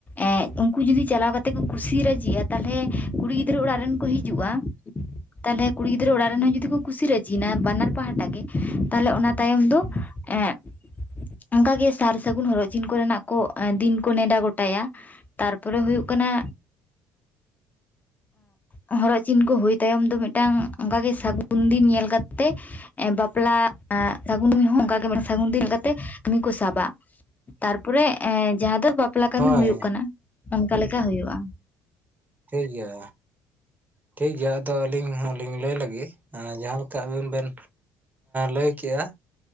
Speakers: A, on the left; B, on the right.
A: ᱮᱸᱻ ᱩᱱᱠᱩ ᱡᱩᱫᱤ ᱪᱟᱞᱟᱣ ᱠᱟᱛᱮ ᱠᱚ ᱠᱩᱥᱟ ᱨᱟᱡᱤ ᱟ᱾ ᱛᱟᱦᱚᱞᱮ ᱠᱩᱲᱤ ᱜᱤᱫᱽᱨᱟᱹ ᱚᱲᱟᱜ ᱨᱮᱱ ᱠᱚ ᱦᱤᱡᱩᱜᱼᱟ᱾
B: ᱦᱩᱸ
A: ᱛᱟᱦᱚᱞᱮ ᱠᱩᱲᱤ ᱜᱤᱫᱽᱨᱟᱹ ᱚᱲᱟᱜ ᱨᱮᱱ ᱦᱚᱸ ᱡᱩᱫᱤ ᱠᱚ ᱠᱩᱥᱤ ᱨᱟᱹᱡᱤ ᱱᱟ ᱵᱟᱱᱟᱨ ᱯᱟᱦᱴᱟ ᱜᱮ ᱛᱟᱦᱚᱞᱮ ᱚᱱᱟ ᱛᱟᱭᱚᱢ ᱫᱚ ᱮᱸᱻ ᱚᱱᱠᱟ ᱜᱮ ᱥᱟᱨ ᱥᱟᱹᱜᱩᱱ ᱦᱚᱨᱚᱜ ᱪᱤᱱ ᱠᱚᱨᱮᱱᱟᱜ ᱠᱚ ᱫᱤᱱ ᱠᱚ ᱱᱮᱰᱟ ᱜᱚᱴᱟᱭᱟ᱾ ᱛᱟᱨᱯᱚᱨᱮ ᱦᱩᱭᱩᱜ ᱠᱟᱱᱟ᱾ ᱟᱸ ᱦᱚᱨᱚᱜ ᱪᱤᱱ ᱠᱚ ᱦᱩᱭ ᱛᱟᱭᱚᱢ ᱫᱚ, ᱢᱤᱫᱴᱟᱝ ᱚᱱᱠᱟᱜᱮ ᱥᱟᱹᱜᱩᱱ ᱫᱤᱱ ᱧᱮᱞ ᱠᱟᱛᱮ᱾ ᱵᱟᱯᱞᱟ ᱥᱟᱹᱜᱩᱱ ᱨᱮ ᱦᱚᱸ <unintelligible> ᱚᱱᱠᱟ ᱜᱮ ᱢᱮᱱᱟᱜᱼᱟ᱾ ᱥᱟᱹᱜᱩᱱ ᱫᱤᱱ ᱧᱚᱜ ᱠᱟᱛᱮᱜ ᱠᱟᱹᱢᱤ ᱠᱚ ᱥᱟᱵᱟ, ᱛᱟᱨᱯᱚᱨᱮ ᱮᱸᱻ ᱡᱟᱦᱟᱸ ᱫᱚ᱾ ᱵᱟᱯᱞᱟ ᱠᱟᱹᱢᱤ
B: ᱦᱳᱭ
A: ᱦᱩᱭᱩᱜ ᱠᱟᱱᱟ ᱚᱱᱠᱟ ᱞᱮᱠᱟ ᱦᱩᱭᱩᱜᱼᱟ᱾
B: ᱴᱷᱤᱠᱜᱮᱭᱟ, ᱴᱷᱤᱠᱜᱮᱭᱟ ᱟᱫᱚ ᱟᱹᱞᱤᱧ ᱦᱚᱸᱞᱤᱧ ᱞᱟᱹᱭ ᱞᱮᱜᱮ ᱡᱟᱦᱟᱸ ᱞᱮ ᱠᱟ ᱟᱵᱤᱱ ᱵᱮᱱ ᱞᱟᱹᱭ ᱠᱮᱜᱼᱟ᱾